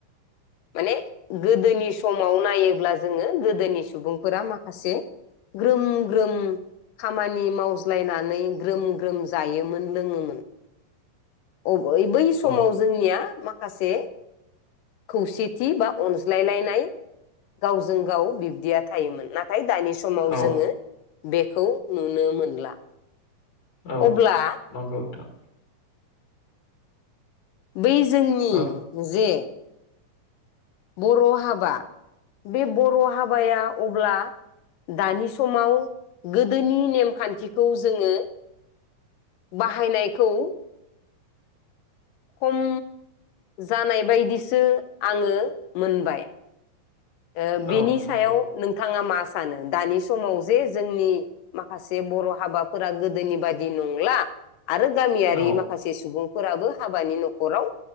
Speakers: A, on the left; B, on the left.
A: माने गोदोनि समाव नायोब्ला जोङो गोदोनि सुबुंफोरा मा माखासे ग्रोम ग्रोम खामानि मावज्लायनानै ग्रोम ग्रोम जायोमोन लोङोमोन बय बै समाव
B: औ
A: जोंनिया मा माखासे खौसेथि बा अनज्लायलायनाय गावजों गाव बिब्दिया थायोमोन ना थाय दानि समाव
B: औ
A: जोङो बेखौ नुनो मोनला
B: औ
A: अब्ला
B: नंगौ नोंथां
A: बै जोंनि
B: ओ
A: जे बर' हाबा बे बर' हाबाया अब्ला दानि समाव गोदोनि नेमखान्थिखौ जोङो बाहायनायखौ खम जानाय बायदिसो आङो मोनबाय ओ बेनि
B: औ नंगौ
A: सायाव नोंथाङा मा सानो दानि समाव जे जोंनि माखा से बर' हाबाफोरा गोदोनि बा दि नंला आरो गामियारि
B: औ
A: माखासे सुबुं फोराबो हाबानि न'खराव